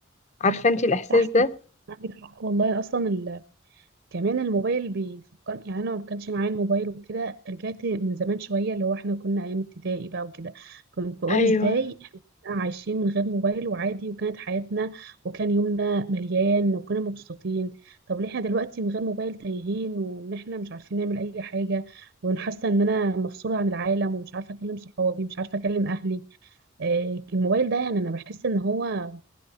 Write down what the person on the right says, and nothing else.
صح
عندك حق والله اصلا ال... كمان الموبايل بيفكر يعني انا ما كانش معايا الموبايل وكده رجعت من زمان شويه اللي هو احنا كنا ايام ابتدائي بقى وكده كنت بقول
ازاي احنا كنا عايشين من غير موبايل وعادي وكانت حياتنا وكان يومنا مليان وكنا مبسوطين طب ليه احنا دلوقتي من غير موبايل تايهين وان احنا مش عارفين نعمل اي حاجه وحاسه ان انا مفصوله عن العالم ومش عارفه اكلم صحابي مش عارفه اكلم اهلي آه، الموبايل ده يعني انا بحس ان هو